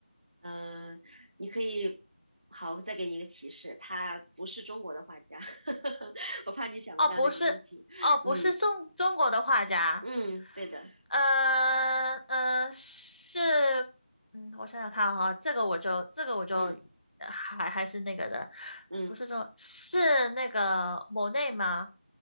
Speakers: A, on the right; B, on the left.
A: 嗯、你可以，好，再给你一个提示，他不是中国的画家，<laughs> 我怕你想不到那个问题。
B: 哦，不是，哦，不是中中国的画家，
A: 嗯嗯，对的，
B: 呃呃，是，嗯，我想想看哈，这个我就这个我就
A: 嗯
B: 呃还还是那个的，
A: 嗯
B: 不是中，是那个莫内吗？